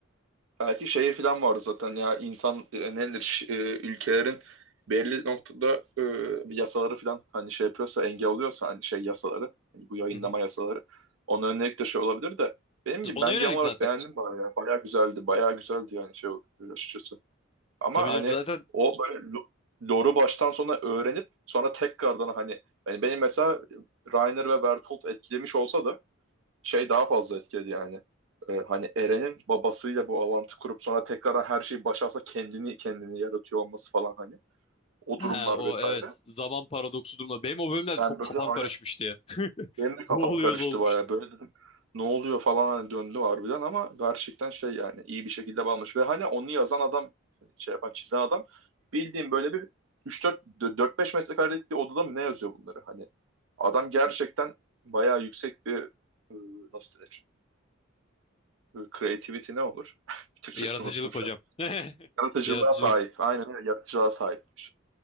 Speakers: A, on the right (about 75°); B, on the left (about 30°).
A: belki şeyi falan var zaten ya insan e, nedir ş- e, ülkelerin belli noktada e, yasaları falan hani şey yapıyorsa engel oluyorsa hani şey yasaları hani bu yayınlama
B: Hı hı.
A: yasaları onun önüne de şey olabilir de benim gibi
B: Ona
A: ben
B: yönelik
A: genel olarak
B: zaten.
A: beğendim bayağı ya. Bayağı güzeldi bayağı güzeldi yani şey oldu açıkçası ama
B: Tabii
A: hani
B: canım zaten
A: o böyle lo- lore'u baştan sona öğrenip sonra tekrardan hani hani benim mesela Rainer ve Bertolt etkilemiş olsa da şey daha fazla etkiledi yani. Ee, hani Eren'in babasıyla bu bağlantı kurup sonra tekrardan her şeyi başarsa kendini kendini yaratıyor olması falan hani. O
B: Ha,
A: durumlar
B: o
A: vesaire.
B: evet zaman paradoksu durma. Benim o bölümlerde
A: Ben
B: çok
A: böyle
B: kafam
A: aynen
B: karışmıştı ya. <laughs>
A: benim de kafam
B: Ne oluyoruz
A: karıştı
B: olmuştu.
A: bayağı. Böyle dedim ne oluyor falan hani döndü harbiden ama gerçekten şey yani iyi bir şekilde bağlamış. Ve hani onu yazan adam şey yapan çizen adam bildiğim böyle bir üç dört dört beş metrekarelik bir odada mı ne yazıyor bunları hani. Adam gerçekten bayağı yüksek bir e, nasıl denir? Creativity ne olur? <laughs> Türkçesini
B: Yaratıcılık
A: unuttum şu
B: hocam.
A: an.
B: <laughs>
A: Yaratıcılığa
B: Yaratıcılık.
A: sahip. Aynen öyle. Yaratıcılığa sahipmiş.